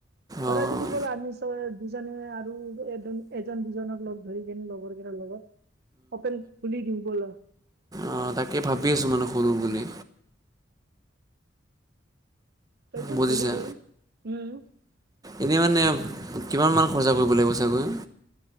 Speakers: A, on the right; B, on the right.
A: কৰা
B: অঁ
A: যদি বলা আমি। ত দুজনে আৰু এজন এজন দুজনক লগ ধৰি কিনে লগৰ কেই লগত। হোটেল খুলি দিওঁ বলা।
B: অঁ' তাকে ভাবি আছোঁ মানে খুলোঁ বুলি।
A: তাকে
B: বুজিছা?
A: খুলি দিওঁ উম
B: এনেই মানে, কিমান মান খৰচা কৰিব লাগিব চাগৈ?